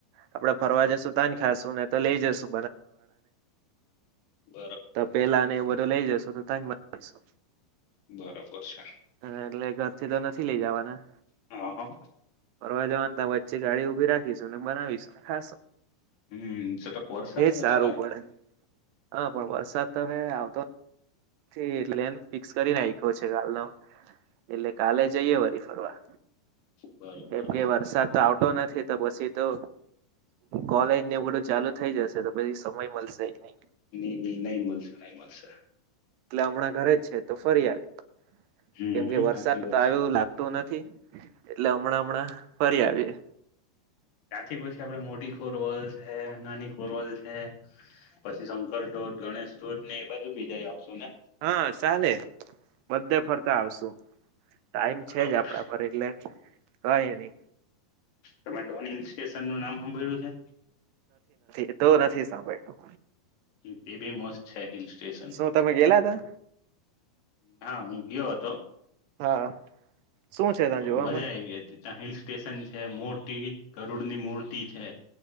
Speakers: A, on the right (about 85°); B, on the left (about 85°).
A: આપડે ફરવા જશું તાજ ખાશું ને તો લઈ જશુ
B: બ
A: તપેલા અને એવું બધું લઇ જશો તો તાજ બનાવીશુ.
B: બરોબર છે
A: હા એટલે ઘરથી તો નથી લઇ જવાના
B: હા હા
A: ફરવા જવાનું ત વચ્ચે ગાડી ઉભી રાખ બનાવીશ હા
B: હમ જરાક વરસાદ
A: એજ
B: આવે
A: સારું
B: તો
A: પડે હ. પણ વરસાદ તમે આવતો થી એટલે પલેન ફિક્સ કરીને આખ્યો છે કાલ નો એટલે કાલે જઈએ વરી ફરવા
B: બરોબર
A: એમ કે વરસાદ તો આવતો નથી તો પછી તો કોલેજને એવ બધું ચાલુ થઇ જશે તો પછી સમય મલસે દર ને
B: ની ની નય મલશે નહી મલશે
A: એટલે હમણાં ઘરે જ છે તો ફરી આવે
B: હમ
A: કેમકે વરસાદ
B: સાચી વાત
A: આવ
B: છે
A: લાગતો ન થી એટલે હમણાં હમણાં ફરી આવીએ
B: ત્યાંથી પછી આપડે મોટી કોરવલ છે નાની કોરવલ છે પછી શંકર ધોધ ગણેશ ધોધ ને એ બાજુ બી જય આવશું ને
A: હા ચાલે બધે ફરતા આવશુ. ટાઈમ
B: બરોબર
A: છે જ આપડા પર એટલે કઈ ની
B: તમે ડોન હિલ સ્ટેશન નું નામ હાભળ્યું છે.
A: એ તો નથી સાંભળ
B: તે બી મસ્ત છે હિલ સ્ટેશન
A: શું તમે ગેલા તા
B: હા હું ગયો હતો.
A: હા શું છે ત્યાં
B: તો
A: જોવામાં
B: મજા આયવી હતી ત્યાં હિલ ટેશન છે મોટી ગરુડ ની મૂર્તિ છે